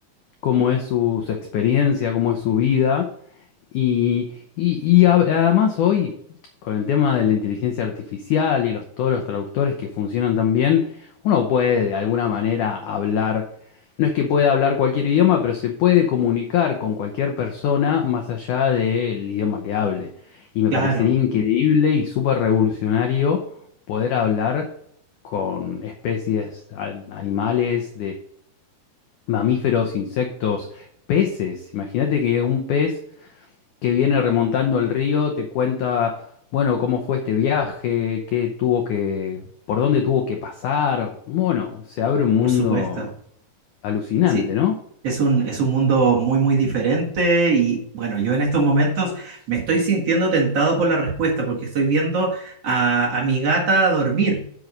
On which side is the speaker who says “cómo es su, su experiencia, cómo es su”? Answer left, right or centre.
Left